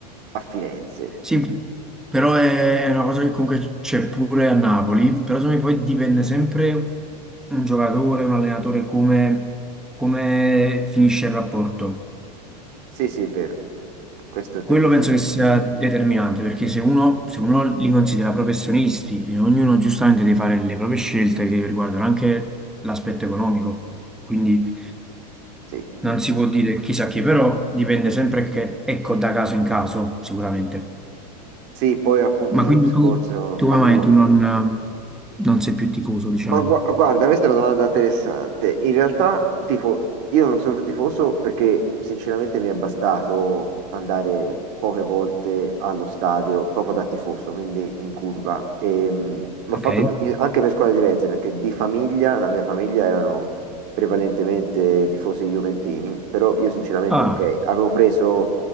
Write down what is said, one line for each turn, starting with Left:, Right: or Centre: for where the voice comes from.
Right: a Firenze.
Centre: Sì, però è, è una cosa che comunque c'è pure a Napoli, però secondo me poi dipende sempre un giocatore, un allenatore, come, come finisce il rapporto.
Right: Sì, sì, è vero. Questo è verissimo.
Centre: Quello penso che sia determinante perché se uno, se uno li considera professionisti e ognuno giustamente deve fare le proprie scelte che riguardano anche l'aspetto economico, quindi
Right: Sì.
Centre: non si può dire chissà chi, però dipende sempre che, ecco, da caso in caso sicuramente.
Right: Sì, poi appunto
Centre: Ma
Right: c'è
Centre: quindi
Right: il discorso
Centre: tu, tu
Right: quando
Centre: come mai
Right: uno
Centre: tu non, ehm, non sei più tifoso, diciamo?
Right: Ma gua- guarda, questa è una domanda interessante. In realtà, tipo, io non sono più tifoso perché sinceramente mi è bastato andare poche volte allo stadio proprio da tifoso, quindi in curva. E, mh, l'ho fatto
Centre: Ok?
Right: in- anche per squadre diverse perché di famiglia, la mia famiglia erano prevalentemente tifosi juventini, però io sinceramente,
Centre: Ah,
Right: ok, avevo preso